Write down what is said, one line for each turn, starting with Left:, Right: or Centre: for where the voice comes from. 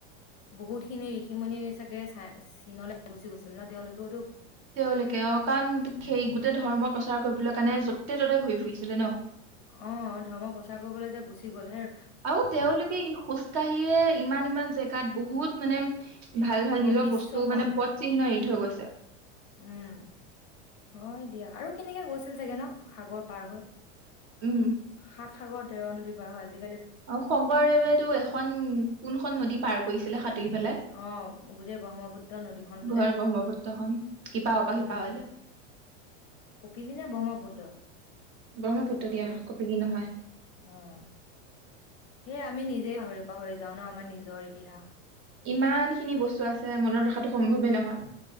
Left: বহুত খিনি ঋষিমণি চাগে চ চীনলৈ গুচি গৈছিল ন তেওঁলোকও।
Right: তেওঁলোকে অ কাৰণ সেই গোটেই ধৰ্ম প্ৰচাৰ কৰিবলৈ কাৰণে য। যতে ততে ঘূৰি ফুৰিছিলে ন।
Left: অ ধৰ্ম প্ৰচাৰ কৰিবলৈ যে গুচি গ'ল হে।
Right: আৰু তেওঁলোকে ই খোজ কঢ়িয়ে ইমান ইমান জেগাত বহুত মানে ভাল ভাল
Left: অ
Right: নিজৰ
Left: বিশ্বখন
Right: বস্তু মানে পথ চিহ্ন। থৈ গৈছে।
Left: উ'ম। অ দিয়া আৰু কেনেকে গৈছিল চাগে ন সাগৰ পাৰ হৈ।
Right: উ'ম।
Left: সাত সাগৰ তেৰ নদী পাৰ হয় আজি।
Right: অ শংকৰদেৱেতটো এখন কোনখন নদী পাৰ কৰিছিলে। সাঁতুৰি পেলাই
Left: অ গোটেই ব্ৰহ্মপুত্ৰ নদীখন। বোলে
Right: ঘৰ ব্ৰহ্মপুত্ৰখন ইপাৰৰ শিপাৰৰ।
Left: উম কপিলি নে ব্ৰহ্মপুত্ৰ
Right: ব্ৰহ্মপুত্ৰ
Left: কপিলি
Right: দিয়া
Left: আহ
Right: নহয়
Left: সেয়ে আমি নিজেই পাহৰি পাহৰি যাওঁ ন আমাৰ নিজৰ ইতিহাস
Right: ইমান খিনি বস্তু আছে মনত ৰখাতটো সম্ভৱেই নহয়